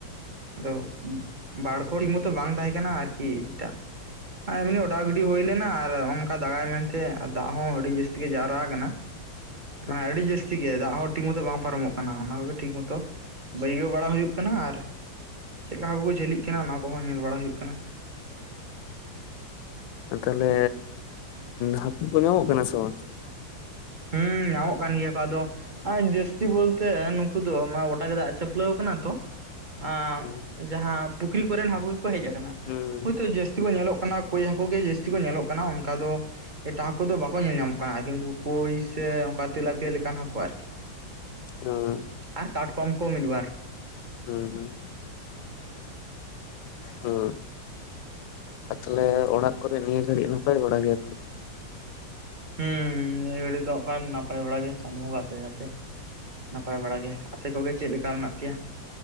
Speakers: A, on the right; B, on the left.
A: ᱟᱫᱚ ᱵᱟᱲ ᱠᱚᱦᱚ ᱴᱷᱤᱠ ᱢᱚᱛᱚ ᱵᱟᱝ ᱛᱟᱦᱮᱸ ᱠᱟᱱᱟ ᱟᱨᱠᱤ ᱡᱮᱴᱟ ᱟᱨ ᱮᱢᱱᱤ ᱚᱰᱟᱣ ᱜᱤᱰᱤ ᱦᱩᱭ ᱞᱮᱱᱟ ᱟᱨ ᱚᱝᱠᱟ ᱫᱟᱜᱟᱭ ᱢᱮᱱᱛᱮ ᱟᱨ ᱫᱟᱜ ᱦᱚᱸ ᱟᱹᱰᱤ ᱡᱟᱹᱥᱛᱤ ᱜᱮ ᱡᱟᱣᱨᱟ ᱟᱠᱟᱱᱟ ᱾
B: <inaudible>
A: ᱢᱟᱱᱮ ᱟᱹᱰᱤ ᱡᱟᱹᱥᱛᱤ ᱪᱤᱠᱟᱹᱭᱟ ᱫᱟᱜ ᱦᱚᱸ ᱴᱷᱤᱠ ᱢᱚᱛᱚ ᱵᱟᱝ ᱯᱟᱨᱚᱢᱚᱜ ᱠᱟᱱᱟ ᱚᱱᱟ ᱠᱚᱜᱮ ᱴᱷᱤᱠ ᱢᱚᱛᱚ ᱵᱟᱹᱭᱜᱟᱹᱣ ᱵᱟᱲᱟ ᱦᱩᱭᱩᱜ ᱠᱟᱱᱟ ᱟᱨ ᱪᱮᱫ ᱞᱮᱠᱟ ᱦᱟᱹᱠᱩ ᱠᱚ ᱡᱷᱟᱹᱞᱤᱜ ᱠᱟᱱᱟ ᱚᱱᱟ ᱠᱚᱦᱚᱸ ᱧᱮᱞ ᱵᱟᱲᱟ ᱦᱩᱭᱩᱜ ᱠᱟᱱᱟ ᱾
B: ᱛᱟᱦᱚᱞᱮ ᱦᱟᱹᱠᱩ ᱠᱚ ᱧᱟᱢᱚᱜ ᱠᱟᱱᱟ ᱥᱮ ᱵᱟᱝ?
A: ᱦᱮᱸ ᱧᱟᱢᱚᱜ ᱠᱟᱱ ᱜᱮᱭᱟ ᱠᱚ ᱟᱫᱚ ᱟᱨ ᱡᱟᱹᱥᱛᱤ ᱵᱚᱞᱛᱮ ᱱᱩᱠᱩ ᱫᱚ, ᱜᱚᱴᱟ ᱜᱮ ᱫᱟᱜ ᱪᱷᱟᱹᱯᱞᱟᱹᱣ ᱠᱟᱱᱟ ᱛᱚ ᱟᱸᱻᱡᱟᱦᱟᱸ
B: ᱦᱩᱸ
A: ᱯᱩᱠᱷᱨᱤ ᱠᱚᱨᱮᱱ ᱦᱟᱹᱠᱳ ᱜᱮ ᱠᱚ ᱦᱮᱡ ᱠᱟᱱᱟ
B: ᱦᱩᱸ
A: ᱦᱚᱭᱛᱳ ᱡᱟᱹᱥᱛᱤ ᱡᱟᱹᱥᱛᱤ ᱠᱚ ᱧᱮᱞᱚᱜ ᱠᱟᱱᱟ ᱠᱚᱭ ᱦᱟᱹᱠᱳ ᱜᱮ, ᱡᱟᱹᱥᱛᱤ ᱠᱚ ᱧᱮᱞᱚᱜ ᱠᱟᱱᱟ ᱚᱱᱠᱟ ᱫᱚ, ᱮᱴᱟᱜ ᱦᱟᱹᱠᱳ ᱫᱚ ᱵᱟᱠᱚ ᱧᱮᱞ ᱧᱟᱢᱚᱜ ᱠᱟᱱᱟ ᱟᱨᱠᱤ ᱩᱱᱠᱩ ᱠᱳᱭ ᱥᱮ ᱚᱱᱠᱟ ᱛᱮᱞᱟᱯᱤᱭᱟ ᱞᱮᱠᱟᱱ ᱦᱟᱹᱠᱳ ᱟᱨᱠᱤ
B: ᱦᱩᱸ
A: ᱟᱨ ᱠᱟᱴᱠᱚᱢ ᱠᱚ ᱢᱤᱫ ᱵᱟᱨ᱾
B: ᱦᱩᱸᱻᱦᱩᱸᱻ᱾ ᱦᱮᱸ ᱟᱨ ᱛᱟᱦᱚᱞᱮ ᱚᱲᱟᱜ ᱠᱚᱨᱮ ᱱᱤᱭᱟᱹ ᱜᱷᱟᱹᱲᱤᱡ ᱱᱟᱯᱟᱭ ᱵᱟᱲᱟ ᱜᱮᱭᱟ ᱯᱮ?
A: ᱦᱩᱸ ᱱᱤᱭᱟᱹ ᱜᱷᱟᱹᱲ ᱫᱚ ᱠᱟᱱ ᱱᱟᱯᱟᱭ ᱵᱟᱲᱟ ᱜᱮ ᱪᱟᱸᱫᱳ ᱵᱚᱸᱜᱟ ᱫᱟᱭᱟ ᱛᱮ ᱱᱟᱯᱟᱭ ᱵᱟᱲᱟ ᱜᱮ ᱾ ᱟᱯᱮ ᱠᱚᱜᱮ ᱪᱮᱫ ᱞᱮᱠᱟ ᱢᱮᱱᱟᱜ ᱯᱮᱭᱟ?